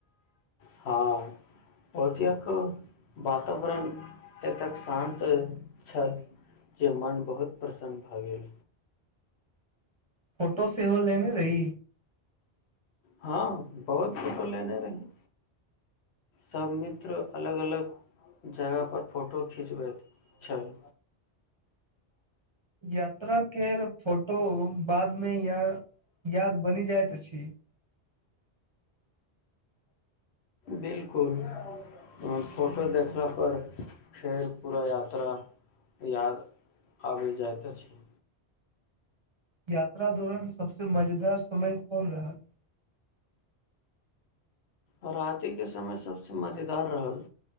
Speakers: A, on the left (about 75°); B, on the right (about 30°).
A: हँ ओतेक वातावरण एतेक शान्त छल जे मन बहुत प्रसन्न भऽ गेल
B: फोटो सेहो लेने रही
A: हँ बहुत फोटो लेने रही सब मित्र अलग अलग जगह पर फोटो खिचबैत छल
B: यात्रा के फोटो बाद मे यहाँ याद बनि जाइत छी
A: बिलकुल फोटो देखलापर फेर पूरा यात्रा याद आबि जाइत अछि
B: यात्रा दौरान सबसे मजेदार समय कोन रहल
A: आ रातिके समय सभसँ मजेदार रहल